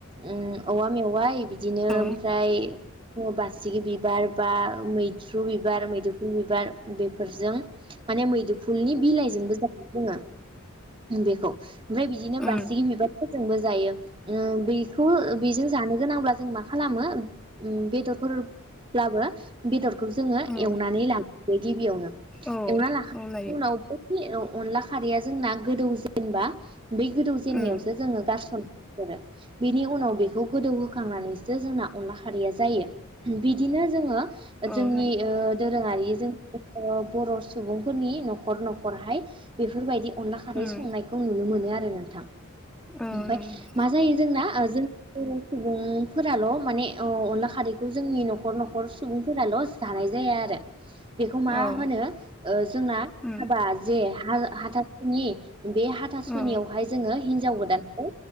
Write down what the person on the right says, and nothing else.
ऊम औवा मेवाइ बि दिनो
ओमफ्राय ओ बासिगि बिबार बा मैथ्रु थ्रु बिबार मैदुफुल बिबार बेफोरजों माने मैदुफुलनि बिलाइजोंबो जायो बुङो बेखौ ओमफ्राय बिदिनो
बासिगि बिबार फोरजोंबो जायो ओम बैखौ बेजों जानो गोनांब्ला जों मा खालामो उम बेदरफोरब्लाबो बेदरखौ जोङो
एवनानै ला गिबि आवनो
एवना लाखांनायनि
उनाव बे अनला खारैया जोंना गोदौ जेनेबा बै गोदौ जेननायावसो
जोङो गारस'नो हरो बिनि उनाव बेखौ गोदौहोखांनानैसो जोंना अनला खारिया जायो बिदिनो जोङो
जोंनि
ओ दोरोङारि जों बर' सुबुंफोरनि न'खर न'खरहाय बेफोरबायदि अनला खारै
संनायखौ नुनो मोनो आरो नोंथां
ओमफाय
मा जायो जोंना आजों बर' सुबुंफोराल' माने अ अनला खारैखौ जोंनि न'खर न'खर सुबुंफोराल' जानाय जाया आरो बेखौ मा
होनो ओ जोंना
हाबा जे हा हाथा सुनि बे हाथासुनियावहाय
जोङो हिनजाव गोदानखौ